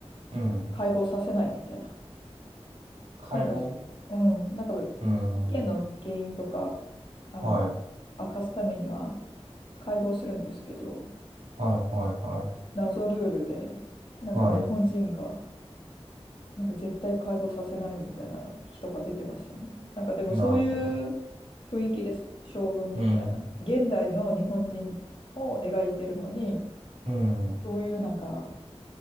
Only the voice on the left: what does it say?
解剖させないみたいな
なんかすうんなんか事件の原因とか
あの明かすためには
解剖するんですけど
謎ルールでなんか日本人が
なんか絶対解剖させないみたいな人が出てましたね。なんかでもそういう
雰囲気です。将軍みたいな。
現代の日本人を描いてるのに、
そういうなんか、